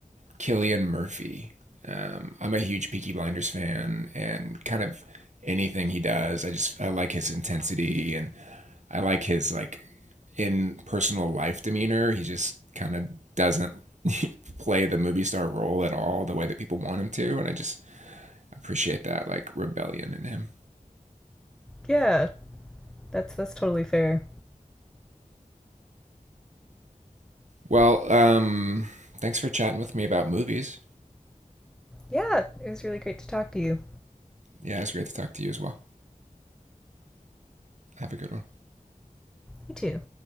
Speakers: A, on the right; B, in the centre.
A: Killian Murphy. Um, I'm a huge Peaky Blinders fan, and kind of anything he does, I just I like his intensity and I like his like in personal life demeanor. He just kind of doesn't <laughs> play the movie star role at all the way that people want him to. And I just appreciate that like rebellion in him.
B: Yeah, that's that's totally fair.
A: Well, um, thanks for chatting with me about movies.
B: Yeah, it was really great to talk to you.
A: Yeah, it's great to talk to you as well. Have a good one.
B: You too.